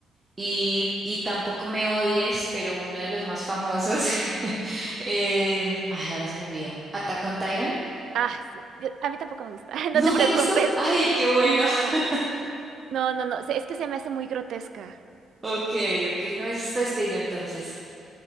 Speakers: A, on the right; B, on the right.
A: Y, y tampoco me odies, pero uno de los más famosos. <laughs> em, ay, ahora se me olvidó. Attack on Titan.
B: Ah, es- yo- a mí tampoco me gusta, <laughs>
A: ¿No
B: no te preocupes.
A: te gustó? Ay, qué bueno.
B: No,
A: <laughs>
B: no, no, no, se- es que se me hace muy grotesca.
A: Ok, ok, no es tu estilo entonces.